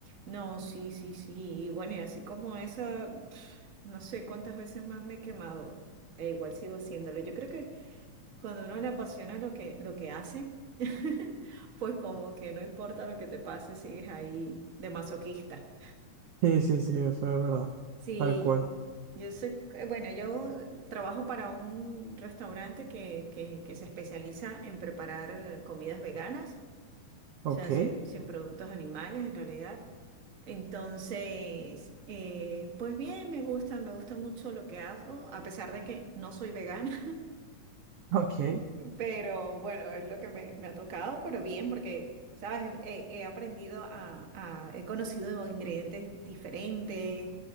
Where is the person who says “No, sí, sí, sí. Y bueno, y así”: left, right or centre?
Right